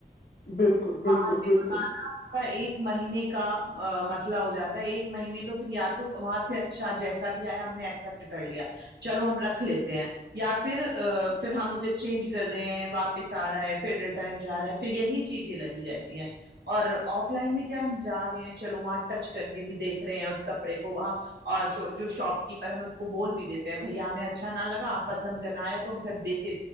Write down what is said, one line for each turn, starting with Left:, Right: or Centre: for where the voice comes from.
Left: بالکل بالکل
Right: پ کے
Left: بالکل
Right: بکانا کا ایک مہینے کا مسئلہ ہو جاتا ہے ایک مہینے تو پھر یا تو وہاں سے شاید جیسا بھی آیا ہم نے ایکسپٹ کر لیا چلو ہم رکھ لیتے ہیں یا پھر پھر ہم اسے چینج کر رہے ہیں واپس آ رہا ہے پھر ریٹرن جا رہا ہے پھر یہی چیز لگی رہتی ہیں اور آف لائن میں کیا ہم جا رہے ہیں چلو وہاں ٹچ کر کے بھی دیکھ رہے ہیں اس کپڑے کو وہاں اور جو شاپ کیپر ہم اس کو بول بھی دیتے ہیں بھ ہمیں اچھا نہ لگا آپ پسند کرنا آیا تو ہم گھر دے کے